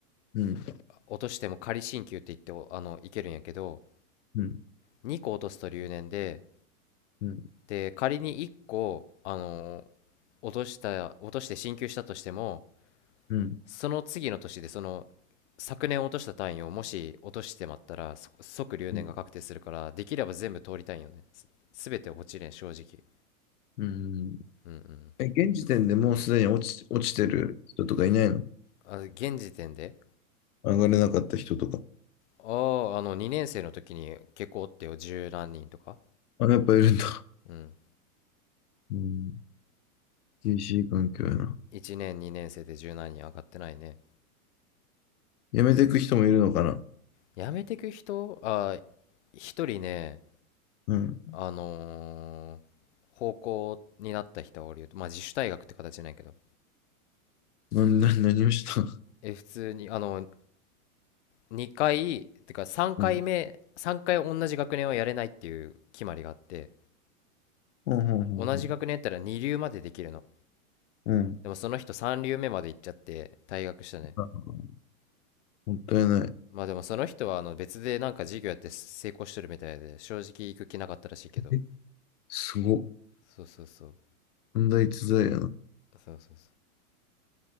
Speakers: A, on the left; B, on the left.
A: うん。
B: 落としても仮進級って言っておあの、いけるんやけど、
A: うん。
B: 2個落とすと留年で、
A: うん。
B: で、仮に1個、あの、落とした、落として進級したとしても、
A: うん。
B: その次の年でその昨年落とした単位をもし落としてまったらそ即留年が確定するからできれば全部通りたいんよねす全て落ちれん正直
A: うん。うん
B: うんうん
A: え、現時点でもうすでに落ち、落ちてる人とかいないの
B: あ現時点で
A: 上がれなかった人とか。
B: あああの2年生の時に結構おってよ十何人とか
A: あ、やっぱいるんだ。
B: うん
A: うん。厳しい環境やな。
B: 1年2年生で十何人上がってないね
A: 辞めていく人もいるのかな。
B: やめてく人あー一人ね
A: うん。
B: あのー、方向になった人はおるよまあ自主退学って形なんやけど
A: な、な、何をした
B: え普通にあの2回てか3回目3回同じ学年はやれないっていう決まりがあって
A: うん。ほうほうほうほ
B: 同じ学年やったら2流までできるの
A: う。うん。
B: でもその人3流目まで行っちゃって退学したね
A: あもったいない。
B: まあでもその人はあの別でなんか授業やって成功してるみたいで正直行く気なかったらしいけど
A: え、すごっ。
B: そうそうそう
A: 問題逸材やな。
B: そうそうそう